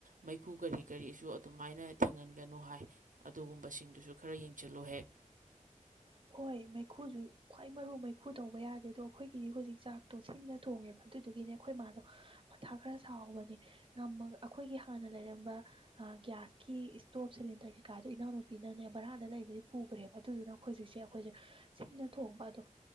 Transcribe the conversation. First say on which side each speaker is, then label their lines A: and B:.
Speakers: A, on the right; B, on the right.
A: ꯃꯩꯈꯨ ꯀꯔꯤ ꯀꯔꯤꯁꯨ ꯑꯗꯨꯃꯥꯏꯅ ꯊꯦꯡꯍꯟꯒꯅꯨ ꯍꯥꯏ ꯑꯗꯨꯒꯨꯝꯕꯁꯤꯡꯗꯨꯁꯨ ꯈꯔ ꯌꯦꯡꯁꯤꯜꯂꯨ ꯍꯦꯛ
B: ꯍꯣꯏ ꯃꯩꯈꯨꯁꯨ ꯈ꯭ꯋꯥꯏ ꯃꯔꯨ ꯃꯩꯈꯨ ꯇꯧꯕ ꯌꯥꯗꯦ ꯑꯗꯣ ꯑꯩꯈꯣꯏꯒꯤꯗꯤ ꯍꯧꯖꯤꯛ ꯆꯥꯛꯇꯣ ꯁꯤꯡꯅ ꯊꯣꯡꯉꯦꯕ ꯑꯗꯨꯗꯨꯒꯤꯅꯦ ꯑꯩꯈꯣꯏ ꯃꯥꯗꯣ ꯃꯊꯥ ꯈꯔ ꯁꯥꯎꯕꯅꯦ ꯉꯝꯃꯒ ꯑꯩꯈꯣꯏꯒꯤ ꯍꯥꯟꯅ ꯂꯩꯔꯝꯕ ꯒ꯭ꯌꯥꯁꯀꯤ ꯏꯁꯇꯣꯞ ꯁꯤꯂꯤꯟꯗꯔ ꯀꯩꯀꯥꯗꯣ ꯏꯅꯥꯎꯅꯨꯄꯤꯅꯅꯦ ꯕꯔꯥꯗ ꯂꯩꯕꯗꯤ ꯄꯨꯈ꯭ꯔꯦꯕ ꯑꯗꯨꯗꯨꯅ ꯑꯩꯈꯣꯏ ꯍꯧꯖꯤꯛꯁꯦ ꯑꯩꯈꯣꯏꯁꯦ ꯁꯤꯡꯅ ꯊꯣꯡꯕ ꯑꯗꯣ